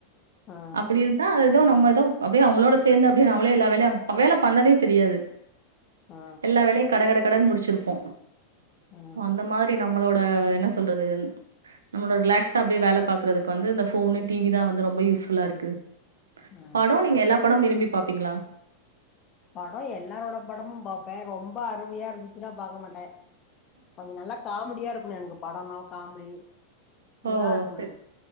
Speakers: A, on the left; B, on the right.
A: ஆ
B: அப்டி இருந்தா எதோ நம் எதோ அப்டியே அவுங்குளோட சேந்து அப்டே நம்மளு எல்லா வேல்யு வேல பண்ணதே தெரியாது
A: ஆ
B: எல்லா வேலயு கட கட கடன் முடிச்சிருப்போ
A: ஆ
B: சோ அந்த மார் வே நம்மளோட என்ன சொல்றது நம்ளோட ரிலாக்ஸா அப்டியே வேல பாக்குறதுக்கு வந்து இந்த ஃபோனு டி வி தா வந்து ரொம்ப யூஸ்ஃபுல்லா இருக்கு
A: ஆ
B: படோ நீங்க எல்லா படம் விரும்பி பாப்பீங்ளா
A: படோ எல்லாரோட படமு பாப்ப ரொம்ப அருவையா இருந்துச்சுனா பாக்க மாட்டே கொஞ்சு நல்லா காமெடியா இருக்கணு எனக்கு படோனா காம்டி
B: ஓ!
A: இதா இருக்கணு
B: சரி.
A: எனக்கு